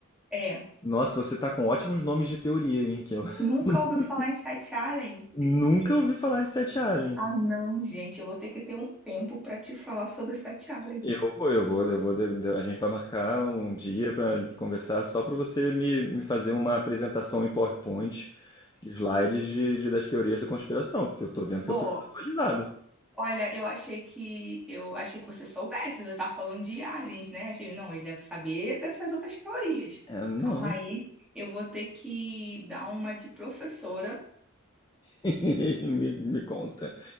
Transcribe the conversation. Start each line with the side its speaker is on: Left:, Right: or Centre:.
Centre: É.
Left: Nossa, você tá com ótimos nomes de teoria, hein? Que eu <laughs>
Centre: Nunca ouviu falar em Sete Além?
Left: nunca
Centre: Que-
Left: ouvi falar de Sete Além.
Centre: Ah, não, gente, eu vou ter que ter um tempo para te falar sobre Sete Além.
Left: Eu vou, eu vou, eu vou. de- de- A gente vai marcar um dia para conversar só para você me, me fazer uma apresentação em PowerPoint, de slides de, de- das teorias da conspiração, porque eu tô vendo
Centre: Vou.
Left: que eu tô desatualizado.
Centre: Olha, eu achei que eu achei que você soubesse, você tava falando de aliens, né? Achei, não, ele deve saber dessas outras teorias.
Left: É, não.
Centre: Calma aí, eu vou ter que dar uma de professora
Left: <laughs> Me, me conta.